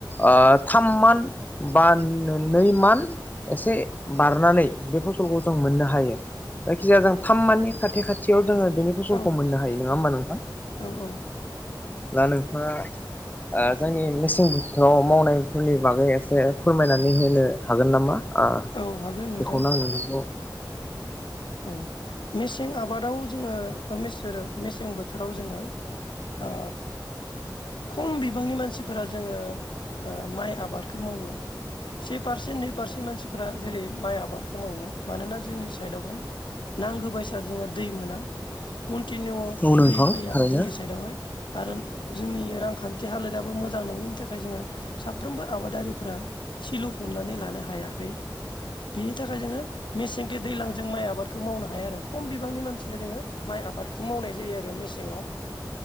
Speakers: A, on the left (about 20°); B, on the left (about 80°).
A: ओ थाम मानथ बा नै मानथ एसे बारनानै बे फसलखौ जों मोननो हायो जायखिजाया जों थाम माननि खा खाथियाव जोङो बेनि खम
B: औ
A: मोननो हायो नङा होमबा नोंथां
B: औ औ
A: दा नोंथाङा ओ जोंनि मेसें बोथोराव मावनायफोरनि बागै एसे फोरमायनानै होनो हागोन नामा ओ
B: औ हागोन नोंथां
A: बेखौनो आं नोंथांखौ
B: औ मेसें आबादाव जोङो ओ मे जेरो मेसें बोथोराव जोङो ओ खम बिबांनि मानसिफोरा जोङो ओ माइ आबादखौ मावो से पारसेन्ट नै पारसेन्ट मानसिफोरा जेरै माइ आबादखौ मावो मानोना जोंनि सायेदावहाय नांगौबायसा जोङो दै मोना कन्टिनिउ
A: औ नोंथां
B: दै फैया
A: थारैनो
B: जोंनि सायेदावहाय आरो जोंनि रांखान्थि हालोदाबो मोजां नङिनि थाखाय जोङो साफ्रोमबो आबादारिफोरा सिलु फबनानै लानो हायाखै बिनि थाखाय जोङो मेसेंगे दैज्लां जों माइ आबाद खौ मावनो हाया आरो खम बिबांनि मानसिया जोङो माइ आबादखौ मावनाय जायो आरो मेसेङाव